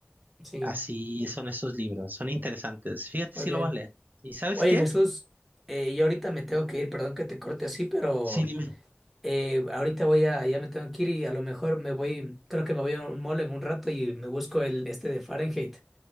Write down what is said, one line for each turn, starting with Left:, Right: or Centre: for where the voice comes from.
Centre: Sí,
Right: así son esos libros, son interesantes. Fíjate
Centre: muy
Right: si
Centre: bien.
Right: lo voy a leer. ¿Y sabes
Centre: Oye,
Right: qué?
Centre: Jesús, eh, yo ahorita me tengo que ir, perdón que te corte así, pero
Right: Sí, dime.
Centre: eh, ahorita voy a, ya me tengo que ir y a lo mejor me voy, creo que me voy a un mall en un rato y me busco el este de Fahrenheit